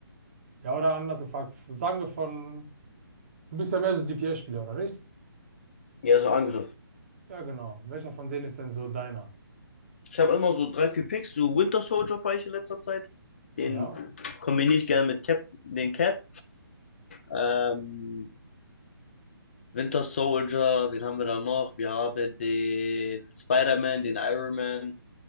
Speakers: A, on the right; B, on the left.
A: Ja, oder anders gefragt, sagen wir von, du bist ja mehr so DPS-Spieler, oder nicht?
B: Ja, so Angriff.
A: Ja, genau. Welcher von denen ist denn so deiner?
B: Ich habe immer so drei, vier Picks. So Winter Soldier fahre ich in letzter Zeit. Den
A: Ja,
B: kombiniere ich gerne mit Cap, den Cap. Ähm, Winter Soldier, wen haben wir da noch? Wir haben den Spider-Man, den Iron Man.